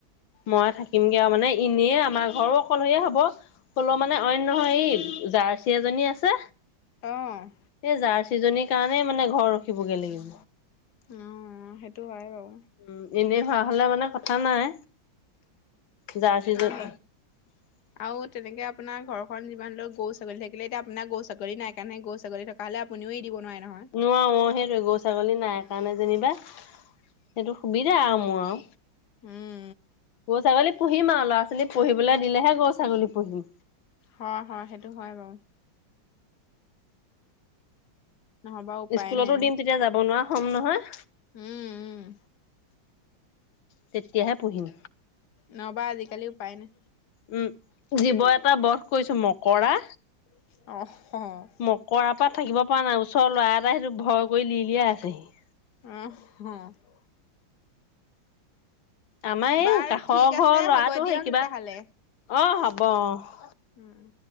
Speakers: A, on the left; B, on the left.
A: মই থাকিমগে আৰু মানে এনেই আমাৰ ঘৰো অকলশৰীয়ে হ'ব। হ'লেও মানে অইন নহয় এই জাৰ্চি এজনী আছে।
B: অ',
A: সেই জাৰ্চ সিজনীৰ কাৰণেই মানে ঘৰ ৰখিবগে লাগিব।
B: উম সেইটো হয় বাৰু।
A: উম, এনেই হোৱা হলে মানে কথা নাই। জাৰ্চি
B: অ' সেই
A: <inaudible>
B: আৰু তেনেকে আপোনাৰ ঘৰখন যিমান হলেওঁ গৰু-ছাগলী থাকিলে এতিয়া আপোনাৰ গৰু-ছাগলী নাই কাৰণেহে গৰু-ছাগলী থাক থকা হলে আপুনিও এৰি দিব নোৱাৰে নহয়।
A: নোৱাৰো অ' সেইটোৱে গৰু-ছাগলী নাই কাৰণে যেনিবা সেইটো সুবিধা আৰু মোৰ আও।
B: উম।
A: গৰু-ছাগলী পুহিম আৰু ল'ৰা-ছোৱালী পুহিবলৈ দিলেহে গৰু ছাগলী পুহিম।
B: হয় হয়, সেইটো হয় বাৰু। নহ'বা উপায়
A: স্কুলতো
B: নাই
A: দিম, তেতিয়া যাব নোৱাৰা হ'ম নহয়।
B: উম্, উম্।
A: তেতিয়াহে পুহিম।
B: নহ'বা আজিকালি উপায় নাই।
A: উম্, জীৱ এটা বধ কৰিছোঁ মকৰা।
B: অ',
A: মকৰাৰ পৰা থাকিব পৰা নাই, ওচৰৰ ল'ৰা এটাই সেইটো ভয় কৰি, ল উলিয়াই আছেহি।
B: অ'।
A: আমাৰ এই
B: বাৰু
A: কাষৰ
B: ঠিক আছে
A: ঘৰৰ ল'ৰাটো,
B: হ'ব দিয়ক
A: সেই কিবা
B: তেতিয়াহ'লে।
A: অ', হ'ব অ'।
B: উম্।